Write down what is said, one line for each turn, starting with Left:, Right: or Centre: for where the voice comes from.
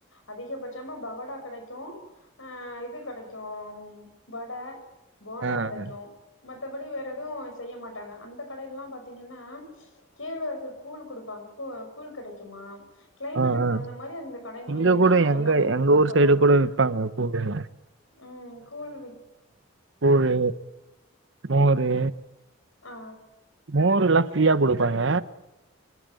Left: அதிகபட்சமா பகோடா கிடைக்கும் ஆஹ் இது கிடைக்கும் வடை போண்டா
Right: ஆ,
Left: கிடைக்கும்
Right: ஆ.
Left: மத்தபடி வேற எதுவும் செய்ய மாட்டாங்க அந்த கடையிலாம் பாத்தீங்கன்னா கேழ்வரகு கூழ் கொடுப்பாங்க கூ கூழ் கிடைக் கிடக்குமா கிளைமேட்டுக்கு
Right: ஆ, ஆ.
Left: தகுந்த மாரி அந்த கடைல
Right: இங்க
Left: எல்லாம்
Right: கூட எங்க
Left: எல்லாமே விற்பன
Right: எங்க ஊர்
Left: பண்ணுவாங்கல
Right: சைடு கூட விப்பாங்க கூழ்லாம்.
Left: உம் கூழு
Right: ஒரு மோரு
Left: ஆ
Right: மோருல பிரியா கொடுப்பாங்க